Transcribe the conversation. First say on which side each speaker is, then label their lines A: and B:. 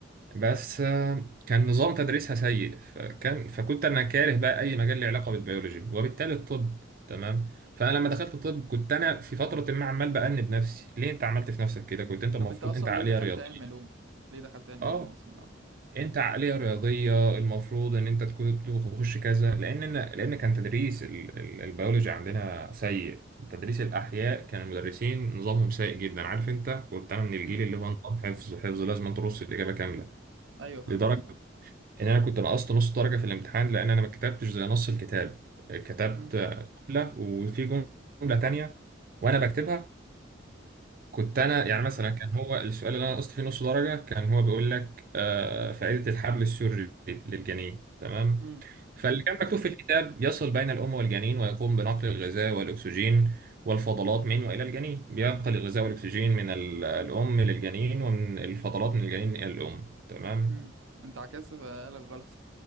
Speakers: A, on the right; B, on the right.
A: بس آه، كان نظام تدريسها سيء فكان فكنت أنا كاره بقى أي مجال له علاقة بالبيولوجي وبالتالي الطب تمام فأنا لما دخلت طب كنت أنا في فترة ما عمال بأنب نفسي ليه أنت عملت في نفسك كده كنت أنت المفروض
B: طب انت اصلا
A: أنت عقلية
B: ليه دخلت
A: رياضية
B: علم علوم ليه دخلت علم
A: آه
B: علوم اصلا من الاول
A: انت عقليه رياضيه المفروض ان انت تكون تخش كذا لان أنا لان كان تدريس ال- ال- البيولوجي عندنا سيء تدريس الاحياء كان المدرسين نظامهم سيء جدا عارف انت كنت انا من الجيل
B: امم
A: اللي هو نظام حفظ حفظ لازم ترص الاجابه كامله
B: ايوه فاهمك
A: لدرجه
B: اه
A: ان انا كنت نقصت نص درجه في الامتحان لان انا ما كتبتش زي نص الكتاب كتبت
B: امم
A: جمله وفي جمله تانية وانا بكتبها كنت انا
B: امم
A: يعني مثلا كان هو السؤال اللي انا نقصت فيه نص درجه كان هو بيقول لك آه، فائده الحبل السري للجنين تمام
B: امم
A: فاللي
B: امم
A: كان مكتوب في الكتاب يصل بين الام والجنين ويقوم بنقل الغذاء والاكسجين والفضلات من والى الجنين بينقل الغذاء والاكسجين من ال- الام للجنين ومن الفضلات من الجنين الى الام تمام
B: امم انت عكست فقالك غلط